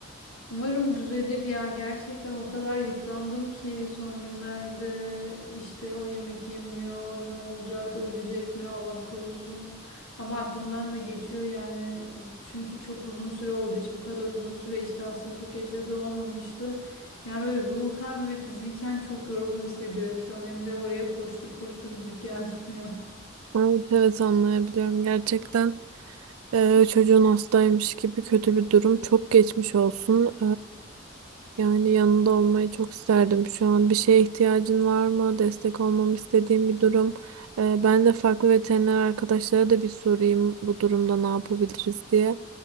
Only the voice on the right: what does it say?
Evet, evet anlayabiliyorum gerçekten. Ee, çocuğun hastaymış gibi kötü bir durum. Çok geçmiş olsun. Yani yanında olmayı çok isterdim şu an. Bir şeye ihtiyacın var mı? Destek olmamı istediğim bir durum. Ee, ben de farklı veteriner arkadaşlara da bir sorayım bu durumda ne yapabiliriz diye.